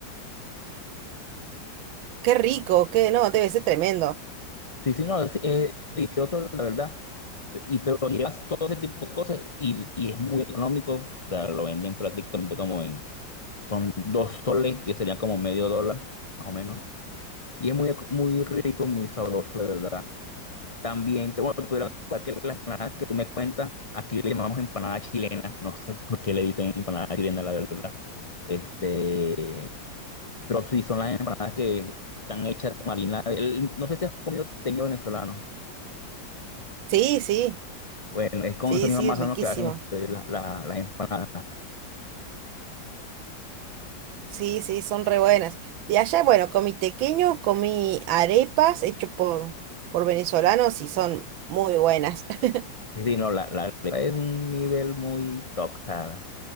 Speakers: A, on the right; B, on the left.
A: Qué rico, qué no, debe ser tremendo.
B: sí, sí, no, es, es delicioso, la verdad. Y pero llevas todo ese tipo de cosas y, y es muy económico, o sea, lo venden prácticamente como en Son dos soles, que serían como medio dólar, más o menos. Y es muy, muy rico, muy sabroso, de verdad. También, te, bueno, te pudiera contar que las empanadas que tú me cuentas, aquí le llamamos empanada chilena. No sé por qué le dicen empanada chilena, la verdad. Este, pero sí, son las empanadas que están hechas de marinada. El- no sé si has comido teñido venezolano.
A: Sí, sí,
B: Bueno, es con
A: sí,
B: esa misma
A: sí,
B: masa,
A: riquísimo.
B: ¿no? que hacen ustedes la- la- las empanadas.
A: Sí, sí, son re buenas. De allá, bueno, comí tequeño, comí arepas hecho por, por venezolanos y son muy buenas. <laughs>
B: Sí, sí, no, la, la arepa es un nivel muy top, o sea,